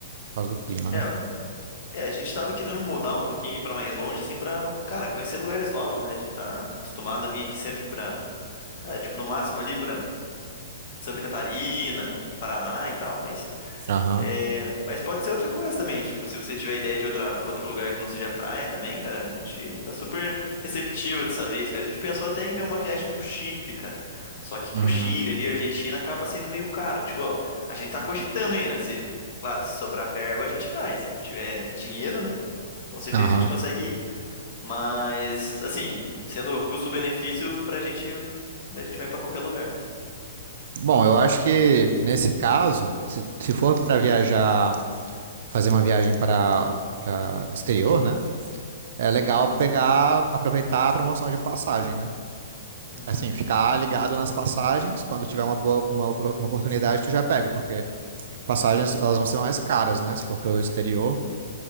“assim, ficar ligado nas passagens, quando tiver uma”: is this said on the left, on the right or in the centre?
Right